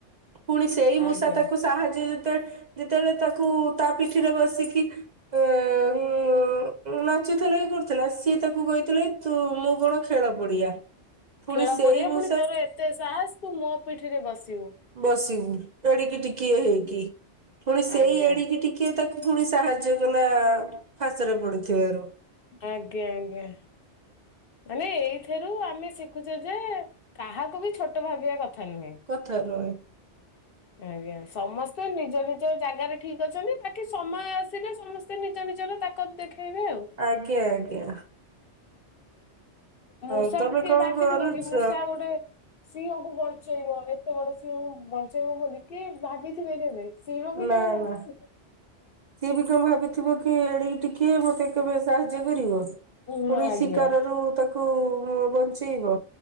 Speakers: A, on the right (about 45°); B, on the left (about 60°).
A: ପୁଣି ସେଇ ମୂଷା
B: ଆଜ୍ଞା।
A: ତାକୁ ସାହାଯ୍ୟ ଯେତେବେଳେ ଯେତେବେଳେ ତାକୁ ତା ପିଠିରେ ବସିକି <unintelligible> ନାଚୁଥିଲା ଇଏ କରୁଥିଲା ସିଏ ତାକୁ କହିଥିଲା ତୁ ମୁଁ କଣ ଖେଳ ପଡିଆ। ପୁଣି
B: ଖେଳ
A: ସେଇ
B: ପଡିଆ
A: ମୁ
B: ପୁଣି ତୋର ଏତେ ସାହସ ତୁ ମୋ ପିଠିରେ ବସିବୁ।
A: ବସିବୁ ଏଡିକି ଟିକିଏ ହେଇକି ପୁଣି ସେଇ
B: ଆଜ୍ଞା
A: ଏଡିକି ଟିକେ କିଏ ତାକୁ ପୁଣି ସାହାଯ୍ୟ କଲା ଫାଶରେ ପଡିଥିବାରୁ।
B: ଆଜ୍ଞା ଆଜ୍ଞା। ମାନେ, ଏଇଥିରୁ ଆମେ ଶିଖୁଛେ ଯେ, କାହାକୁ ବି ଛୋଟ ଭାବିବା କଥା ନୁହେଁ।
A: କଥା ନୁହେଁ।
B: ଆଜ୍ଞା। ସମସ୍ତେ ନିଜ ନିଜ ଜାଗାରେ ଠିକ ଅଛନ୍ତି। ବାକି ସମୟ ଆସିିଲେ, ସମସ୍ ସ୍ତେ ନିଜ ନିଜର ତାକତ ଦେଖେଇବେ ଆଉ।
A: ଆଜ୍ଞା ଆଜ୍ଞା।
B: ମୂଷା
A: ହଉ ତମେ
B: କୁ କିଏ
A: କଣ
B: ଭାବିଥିବ
A: କରୁଛ
B: କି? ମୂଷା ଗୋଟେ ସିଂହକୁ ବଞ୍ଚେଇବ। ଏତେ ବଡ ସିଂହକୁ ବଞ୍ଚେଇବ ବୋଲି କି ଭାବିଥିବେ କେବେ? ସିଂହ ବି
A: ନାଁ
B: କେବେ ଭାବିଥିବ
A: ନା। ସିଏ ବି କଣ ଭାବିଥିବ କି? ଏଡିକି ଟିକେ। ମତେ କେବେ ସାହାଯ୍ୟ କରିବ?
B: ହଁ
A: ପୁଣି
B: ଆଜ୍ଞା।
A: ଶିକାରରୁ ତାକୁ ବଞ୍ଚେଇବ।